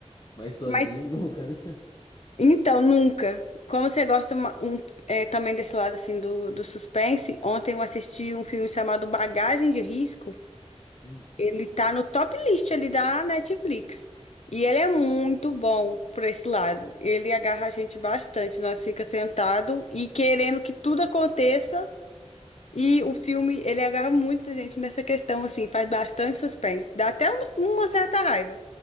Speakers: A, on the left; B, on the left.
A: Mas sozinho
B: Mas
A: <laughs> nunca, né?
B: então nunca. Como você gosta ma- um, é, também desse lado assim do, do suspense, ontem eu assisti um filme chamado Bagagem de Risco.
A: Hum.
B: Ele tá no top list ali da Netflix. E ele é muito bom por esse lado. Ele agarra a gente bastante. Nós fica sentado e querendo que tudo aconteça. E o filme, ele agarra muita gente nessa questão, assim, faz bastante suspense. Dá até um- uma certa raiva.